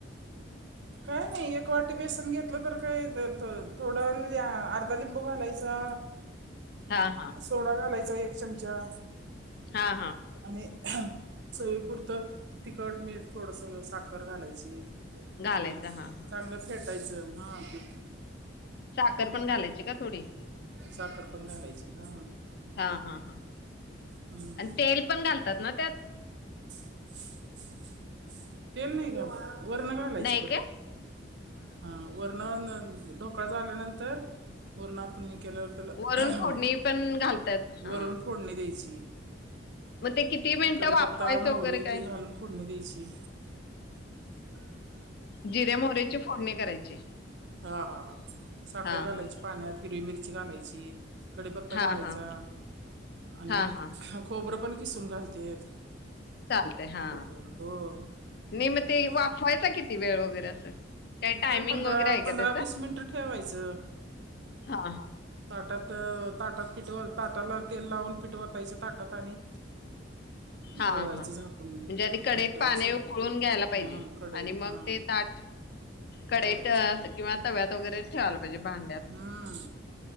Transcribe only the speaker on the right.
काय नाही, एक वाटी बेसन घेतलं तर काय थोडं म्हणजे अर्धा लिंबू घालायचा
सोडा घालायचा एक चमचा.
आणि चवीपुरतं तिखट, मीठ थोडंस साखर घालायची.
आणि
चांगलं फेटायचं हां पिठ
साखर पण घालायची,, हा.
हम्म
<inaudible> तेल नाही घालत,, वरणं घालायचं
परत,,
हा वर न. ढोकळा झाल्यानंतर पूर्ण आपण हे केल्यावर त्याला
वरून फोडणी द्यायची.
कडीपत्ता,
मोहरी
ते घालून फोडणी द्यायची. ह <unintelligible>
हा हा हा, साखर
घालायची
पाण्यात हिरवी मिरची घालायची. कडीपत्ता
घालायचा,
आणि
खोबरं पण किसून घालतेत.
डोकं हो
मग
काय
काय पंधरा,
पंधरा
वीस मिनिटं ठेवायचं.
ताटात... ताटात पिठवत ताटाला तेल लावून पिठ वतायचं ताटात आणि
ठेवायचं
झाकून
मोठं
असं
काहीतरी
हां कढई
हां
ठेवायचं
हम्म.